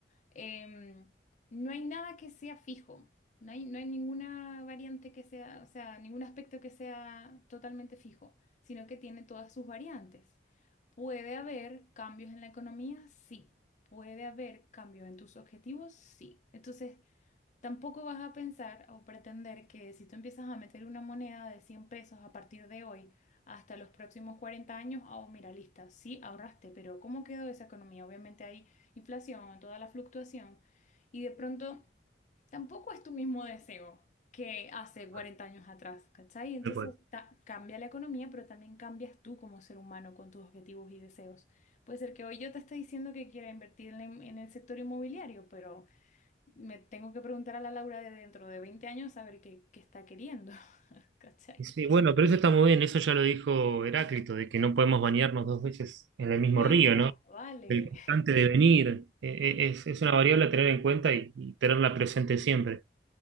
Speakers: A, on the left (about 40°); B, on the right (about 75°).
A: em, no hay nada que sea fijo, no hay, no hay ninguna variante que sea, o sea, ningún aspecto que sea totalmente fijo, sino que tiene todas sus variantes. ¿Puede haber cambios en la economía? Sí. ¿Puede haber cambios en tus objetivos? Sí. Entonces... Tampoco vas a pensar o pretender que si tú empiezas a meter una moneda de 100 pesos a partir de hoy hasta los próximos 40 años, oh, mira, lista, sí ahorraste, pero ¿cómo quedó esa economía? Obviamente hay inflación, toda la fluctuación, y de pronto tampoco es tu mismo deseo que hace
B: tal
A: 40 años atrás, ¿cachai? Entonces
B: cual.
A: ta- cambia la economía, pero también cambias tú como ser humano con tus objetivos y deseos. Puede ser que hoy yo te esté diciendo que quiera invertir en, en el sector inmobiliario, pero me tengo que preguntar a la Laura de dentro de 20 años a ver qué, qué está queriendo, <laughs> ¿cachai?
B: Y Sí, bueno, pero eso está muy bien, eso ya lo dijo Heráclito, de que no podemos bañarnos dos veces en el mismo
A: Mira,
B: río, ¿no?
A: vale.
B: El constante devenir eh, eh, es, es una variable a tener en cuenta y, y tenerla presente siempre.